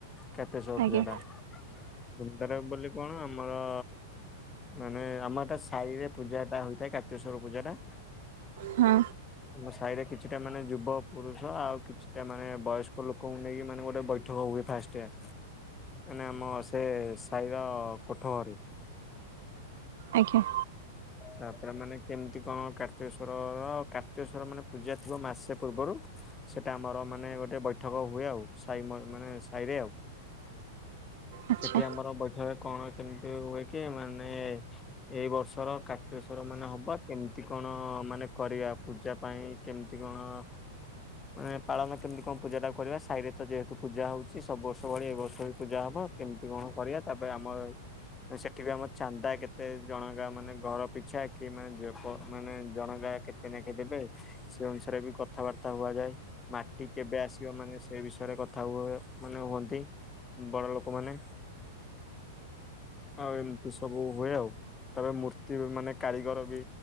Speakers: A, on the left; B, on the right.
A: କେତେ ସବୁୂଜା
B: ଆଜ୍ଞା।
A: ଟା ସୁନ୍ଦର ବୋଲି କଣ ଆମର ମାନେ ଆମରଟା ସାହି ରେ ପୂଜା ଟା ହେଇଥାଏ କାର୍ତେଶ୍ଵର ପୂଜା ଟା।
B: ହଁ
A: ଆମ ସାହିରେ କିଛିଟା ମାନେ ଯୁବ ପୁରୁଷ ଆଉ କିଛିଟା ମାନେ ବୟସ୍କ ଲୋକଙ୍କୁ ନେଇକି ମାନେ ଗୋଟେ ଠୋଉ ହୁଏ ଫାଷ୍ଟ ଆମେ ଆମ ସେ ସାଇର କୋଠ ଘରେ।
B: ଆଜ୍ଞା।
A: ତାପରେ ମାନେ କେମିତି କଣ କାର୍ତ୍ତିକେଶ୍ଵର କାର୍ତ୍ତିକେଶ୍ଵର ମାନେ ପୂଜା ଥିବ ମାସେ ପୂର୍ବରୁ। ସେଇଟା ଆମର ମାନେ ଗୋଟେ ବୈଠକ ହୁଏ ଆଉ ମାନେ ସାଇରେ ଆଉ।
B: ଆଚ୍ଛା
A: ସେଠି ଆମର ବୈଠକରେ କଣ କେମିତି ହୁଏ କି ମାନେ ଏଇ ବର୍ଷ ଧର କାର୍ତିକଶ୍ୱର ମାନେ ହବ କେମତି କଣ ମାନେ କରିବା ପୂଜା ପାଇଁ କେମିତି କଣ ମାନେ ପାଳନ କେମିତି କଣ ପୂଜା ଟା କରିବା ସାହି ରେ ତ ଯେହେତୁ ପୂଜା ହଉଛି ସବୁ ବର୍ଷ ଭଳି ଏ ବର୍ଷ ଭଳି ପୂଜା ହବ। କେମିତି କଣ କରିବା ତାପରେ ଆମର ସେଠି ବି ଆମ ଚାନ୍ଦା କେତେ ଜଣ ଗା ମାନେ ଘର ପିଛା କି ମାନେ ମାନେ ଜଣ କା କେତେ ନାଖେ ଦେବେ? ସେ ଅନୁସାରେ ବି କଥାବାର୍ତ୍ତା ହୁଆଯାଏ। ମାଟି କେବେ ଆସିବ ମାନେ ସେ ବିଷୟରେ କଥା ହୁଏ ମାନେ ହୁଅନ୍ତି। ବଡ଼ ଲୋକମାନେ। ଆଉ ଏମିତି ସବୁ ହୁଏ ଆଉ ତାପରେ ମୂର୍ତ୍ତି ମାନେ କାରିଗର ବି